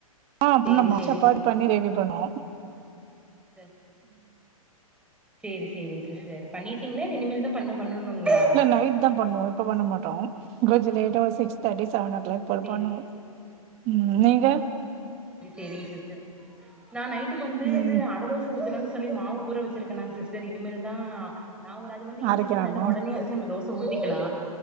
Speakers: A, on the right (about 35°); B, in the centre.
A: ஆ
B: சேரி
A: பின்னம்மா
B: சேரிங்
A: சப்பாத்தி பண்ணி க்ரெவி பண்ணோ
B: செர் சேரி சேரிங் சிஸ்டர் பண்ணிட்டிங்ளா இல்ல இனிமெல் தா பண்ண பண்ணணுங்ளா
A: நைட்தா பண்ணுவோ இப்ப பண்ணமாட்டோ கிரஞ்சொ லேட்டா சிக்ஸ்தெர்ட்டி சவன் ஓ கிளாக் போல
B: சேரி
A: பண்ணும் ம் நீங்க
B: ரி சேரிங் சிஸ்டர் நா நைட்டுக் வந்து
A: ம்
B: இது அட தோஸ் சஊத்தனுன் சொல்லி மாவு ஊற வச்சிருக்கென்னாங் சிஸ்டர் இனிமேல்தா நா ஒரு அது வந்து இன்ஸ்
A: அரைக்கலாமா
B: தான ஒடனே அது நம்ம தோச ஊத்திக்கில்லா